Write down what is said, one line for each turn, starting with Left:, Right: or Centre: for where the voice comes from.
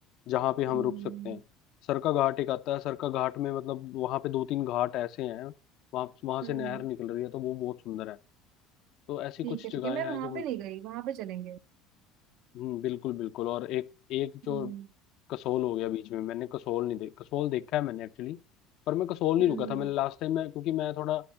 Left: जहां पे हम
Right: हम्म
Left: रुक सकते हैं सरका घाट एक आता है सरका घाट में मतलब वहां पे दो तीन घाट ऐसे हैं वहां वहां से
Right: हम्म
Left: नहर निकल रही है तो वो बहुत सुंदर है तो ऐसी
Right: ठीक
Left: कुछ
Right: है ठीक
Left: जगहें
Right: है मैं
Left: हैं
Right: वहां
Left: जो
Right: पे
Left: मुझ-
Right: नहीं गई वहां पे चलेंगे
Left: हम्म, बिल्कुल बिल्कुल और एक एक जो
Right: हम्म
Left: कसोल हो गया बीच में मैंने कसोल नहीं देख कसोल देखा है मैंने एक्चुअली पर मैं कसोल नहीं
Right: हम्म
Left: रुका
Right: हम्म,
Left: था मैंने लास्ट टाइम मैं क्योंकि मैं थोड़ा